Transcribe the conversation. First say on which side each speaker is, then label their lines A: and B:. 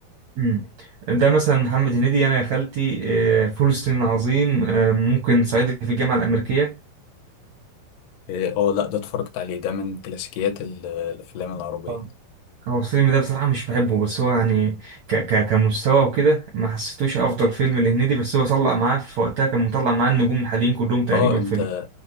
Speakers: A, on the right (about 70°); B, on the left (about 75°).
A: مم. ده مثلا محمد هنيدي انا يا خالتي آه، فول الصين العظيم آه، ممكن صعيدي في الجامعه الامريكيه
B: إيه، اه لا ده اتفرجت عليه ده من كلاسيكيات ال- الافلام العربيه
A: آه. هو الفيلم ده بصراحه مش بحبه بس هو يعني ك ك كمستوى وكده ما حسيتوش افضل فيلم لهنيدي بس هو طلع معاه في وقتها كان مطلع معاه النجوم الحاليين كلهم تقريبا
B: اه انت
A: في ال-